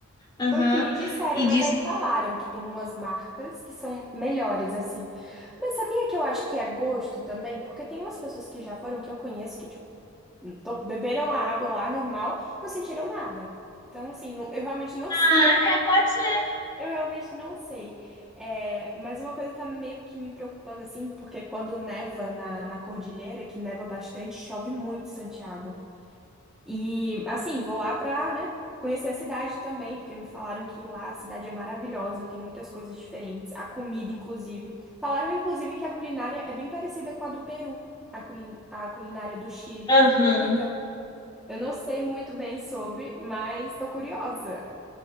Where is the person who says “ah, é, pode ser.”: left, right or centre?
Left